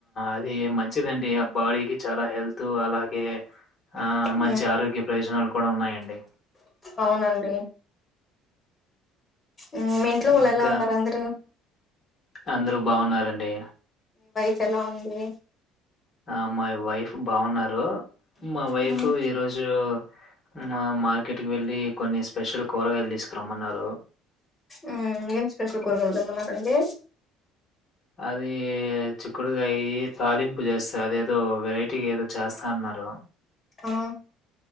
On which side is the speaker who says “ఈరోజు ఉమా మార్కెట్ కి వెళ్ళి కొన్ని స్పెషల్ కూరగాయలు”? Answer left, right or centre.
Left